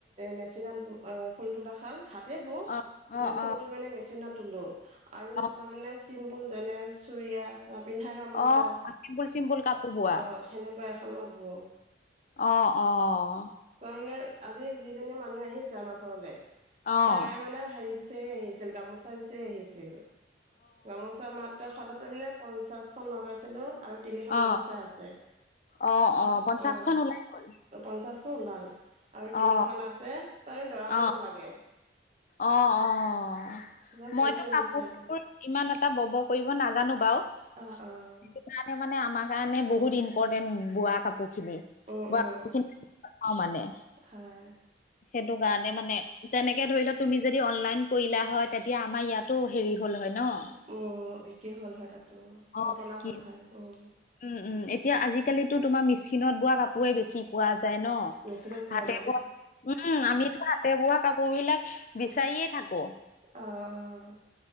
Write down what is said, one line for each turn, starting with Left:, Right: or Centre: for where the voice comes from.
Right: মেচিনত ব অ', ফুল তোলা শাল, হাতেৰে বওঁ,
Left: অ অ
Right: নে ফুলটো মানে মেচিনত তোলো। আৰু এখন
Left: অ
Right: তাৰ মানে চিম্পুল যেনে চুৰিয়া অ', পিন্ধা গামোচা,
Left: অ অ চিম্পুল চিম্পুল কাপোৰ বোৱা
Right: অ', সেনেকুৱা এখনত বওঁ।
Left: অ', অ'।
Right: তাৰমানে আজি যিজনী মানুহ আহিছে আমাৰ ঘৰলে,
Left: অ অ
Right: তাই মানে হেৰি বিচ চাৰি আহিছিল, গামোচা বিচাৰি আহিছিল, গামোচা মাত ত শালত তাৰমানে পঞ্চাছখন লগাইছিলোঁ। আৰু তিনিখন
Left: অ
Right: গামোচা আছে,
Left: অ
Right: <unintelligible>
Left: অ পঞ্চাশখন
Right: অ'।
Left: ওলাই গ'ল
Right: পঞ্চাছখন ওলাল আৰু তিনিখন
Left: অ
Right: আছে, <unintelligible> দৰাব
Left: অ অ
Right: নালাগে।
Left: অ', অ'।
Right: তাৰপিছত কৈ
Left: মইতো
Right: থৈ গৈছে
Left: কাপোৰ
Right: আৰু।
Left: চাপোৰ ইমান এটা বব কৰিব নাজানো বাও।
Right: অ',
Left: সেইটো
Right: অ',
Left: কাৰণে মানে আমাৰ কাৰণে বহুত ইম্পৰ্টেণ্ট বোৱা কাপোৰখিনি।
Right: উম, উম,
Left: <unintelligible> মানে।
Right: হয়।
Left: সেইটো কাৰণে মানে তেনেকে ধৰি ল, তুমি যদি অনলাইন কৰিলা হয় তেতিয়া আমাৰ ইয়াতো হেৰি হ'ল হয় ন।
Right: উম, বিক্ৰী হ'ল হয় তাতো,
Left: অ
Right: পপোলাৰ
Left: কি
Right: হ'ল হয়, উম।
Left: উম, উম, এতিয়া আজিকালিতো তোমাৰ মেচিনত বোৱা কাপোৰে বেছি পোৱা যায় ন।
Right: মেচিনত পোৱা
Left: হাতে
Right: যায়
Left: বোৱা উম, আমিতো হাতেৰে বোৱা কাপোৰবিলাক বিচাৰিয়ে থাকো।
Right: অ'।